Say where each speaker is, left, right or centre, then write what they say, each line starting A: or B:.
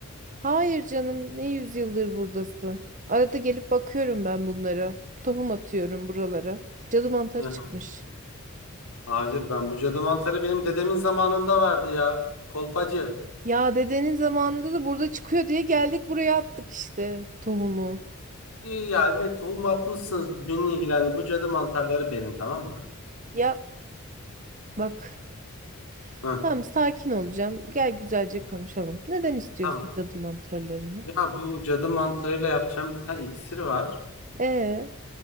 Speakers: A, on the right; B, on the left.
A: Hayır canım ne yüzyıldır buradasın. Arada gelip bakıyorum ben bunlara. Tohum atıyorum buralara. Cadı mantarı
B: Hı hı.
A: çıkmış.
B: Hayır ben bu cadı mantarı benim dedemin zamanında vardı ya. Kolpacı.
A: Ya dedenin zamanında da burada çıkıyor diye geldik buraya attık işte tohumu.
B: İyi yani tohum atmışsınız beni ilgilendi. Bu cadı mantarları benim tamam mı?
A: Ya bak.
B: Hı.
A: Tamam sakin olacağım. Gel güzelce
B: Hı hı.
A: konuşalım. Neden istiyorsun
B: Tamam.
A: cadı mantarlarını?
B: Ya bu cadı mantarıyla yapacağım bir tane iksir var.
A: Ee?